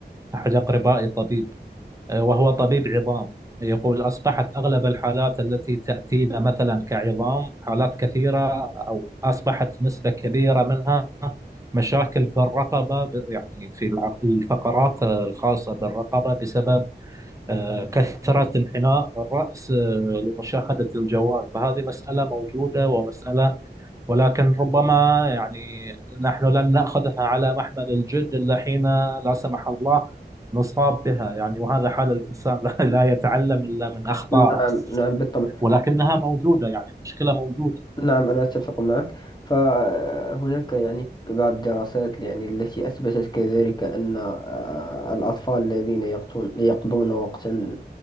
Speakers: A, on the right; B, on the left.
A: أحد أقربائي طبيب وهو طبيب عظام يقول أصبحت أغلب الحالات التي تأتينا مثلا كعظام حالات كثيرة أو أصبحت نسبة كبيرة منها مشاكل في الرقبة ب- يعني في الع- الفقرات الخاصة بالرقبة بسبب آه، كثرة انحناء الرأس آه، لمشاهدة الجوال فهذه مسألة موجودة ومسألة ولكن ربما يعني نحن لن نأخذها على محمل الجد إلا حين لا سمح الله نصاب بها يعني وهذا حال الإنسان <laughs> لا لا يتعلم إلا من أخطائه
B: نعم نعم بالطبع
A: ولكنها موجودة يعني مشكلة موجودة
B: نعم أنا أتفق معك فهناك يعني بعض الدراسات يعني التي أثبتت كذلك أن آه، الأطفال الذين يقضون يقضون وقتا